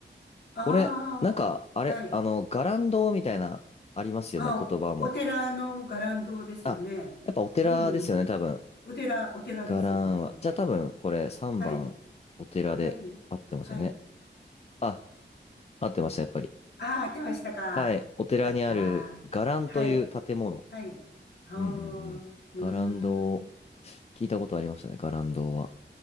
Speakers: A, on the left; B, on the left.
A: ああ、
B: これ、なんか、あれ、
A: はい。
B: あの、伽藍堂みたいな、ありますよね、
A: あ、
B: 言葉も。
A: お寺の伽藍堂ですよね。
B: あ、やっぱお寺ですよね、
A: うん。
B: 多分。
A: お寺、お寺ですよね。
B: 伽藍は。じゃあ多分、これ3番、
A: はい。
B: お寺で合ってますよね。
A: はい。はい。
B: あ、合ってました、やっぱり。
A: ああ、合ってましたか。
B: はい、お寺にある伽藍という建物。
A: よかった。はい。はい。ああ、
B: うんうんうん。
A: うーん。
B: ガランドを、聞いたことありましたね、ガランドは。